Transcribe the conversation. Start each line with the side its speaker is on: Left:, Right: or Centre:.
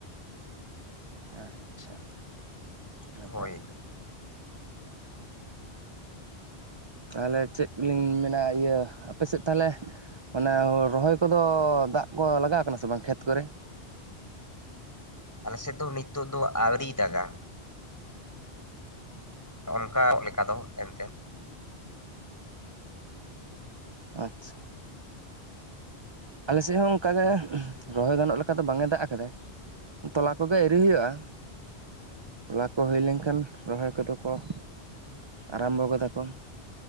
Right: ᱟᱪᱪᱷᱟ ᱱᱟᱯᱟᱭ
Left: ᱦᱳᱭ
Right: ᱜᱮ ᱛᱚᱵᱮ᱾ ᱛᱟᱦᱚᱞᱮ ᱪᱮᱫ ᱞᱤᱧ ᱢᱮᱱᱟ ᱤᱭᱟᱹ ᱟᱯᱮ ᱥᱮᱫ ᱛᱟᱦᱞᱮ ᱚᱱᱮ ᱨᱚᱦᱚᱭ ᱠᱚᱫᱚ ᱫᱟᱜ ᱠᱚ ᱞᱟᱜᱟᱣ ᱠᱟᱱᱟ ᱥᱮ ᱵᱟᱝ ᱠᱷᱮᱛ ᱠᱚᱨᱮ?
Left: ᱟᱞᱮᱥᱮᱫ ᱫᱚ ᱱᱤᱛᱚᱜ ᱫᱚ ᱟᱹᱣᱨᱤ ᱫᱟᱜᱟ᱾ ᱚᱱᱠᱟ ᱞᱮᱠᱟ ᱫᱚ ᱮᱱᱛᱮᱫ᱾
Right: ᱟᱪᱪᱷᱟ ᱟᱞᱮᱥᱮᱫ ᱦᱚᱸ ᱚᱱᱠᱟᱟᱜᱮ ᱨᱚᱦᱚᱭ ᱜᱟᱱᱚᱜ ᱞᱮᱠᱟ ᱫᱚ ᱵᱟᱝ ᱮ ᱫᱟᱜ ᱟᱠᱟᱫᱟ᱾ ᱛᱚᱞᱟ ᱠᱚᱜᱮ ᱟᱣᱨᱤ ᱦᱩᱭᱩᱜᱼᱟ ᱛᱚᱞᱟ ᱠᱚ ᱦᱩᱭ ᱞᱮᱱᱠᱷᱟᱱ ᱨᱚᱦᱚᱭ ᱠᱚᱫᱚ, ᱠᱚ ᱟᱨᱟᱢᱵᱚ ᱜᱚ ᱫᱟᱠᱚ᱾